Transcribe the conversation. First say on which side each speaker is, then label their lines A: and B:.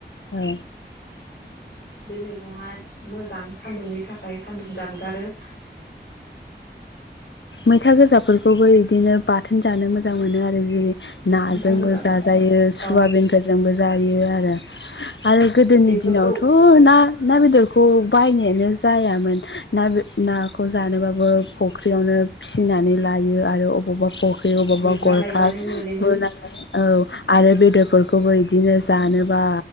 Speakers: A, on the left; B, on the left.
A: औ
B: बे मैगंआ मो मोजां सान्दुंनि थाखाय सान्दुं दानगारो
A: मैथा गोजाफोरखौबो बिदिनो बाथोन जानो मोजां मोनो आरो जेरै नाजोंबो
B: मैथा गोजा
A: जाजायो
B: बाथोन
A: सुवाबिनफोरजोंबो
B: औ
A: जायो आरो आरो गोदोनि
B: बेफोरखौ
A: दिनावथ' ना ना बेदर खौ बायनायानो जायामोन ना बे ना‌ खौ जानोबाबो फुख्रियावनो फिसिनानै लायो आरो अबावबा फख्रि बबावबा
B: गुरना
A: गरखा
B: लायबानो मोनोमोन
A: गुरनाय औ आरो बे बेफोरखौबो बिदिनो जानोबा